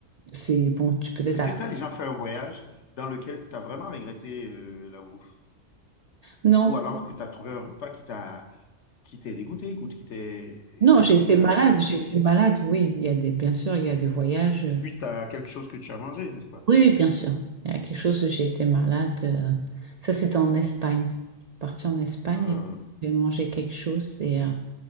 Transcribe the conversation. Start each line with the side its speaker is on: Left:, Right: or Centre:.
Right: c'est bon, tu peux être
Left: Est-ce
Right: à...
Left: que tu as déjà fait un voyage dans lequel tu as vraiment regretté euh, la bouffe?
Right: Non,
Left: Ou alors que tu as trouvé un repas qui t'a qui t'est dégoûté ou qui t'est
Right: non,
Left: été
Right: j'ai
Left: difficile
Right: été malade,
Left: à, à digérer?
Right: j'ai été malade, oui. Il y a des, bien sûr, il y a des voyages. euh,
Left: Suite à quelque chose que tu as mangé, n'est-ce pas?
Right: Oui, oui, bien sûr. Il y a quelque chose, j'ai été malade. euh, Ça, c'était en Espagne. Je suis partie en Espagne
Left: Euh,
Right: et j'ai mangé quelque chose et, euh,